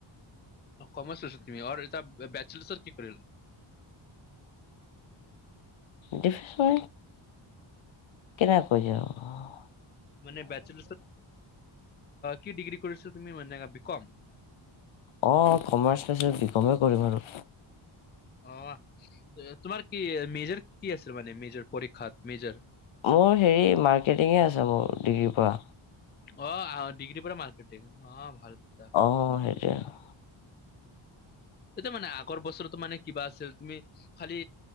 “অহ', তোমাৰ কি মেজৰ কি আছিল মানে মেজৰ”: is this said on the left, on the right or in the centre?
Left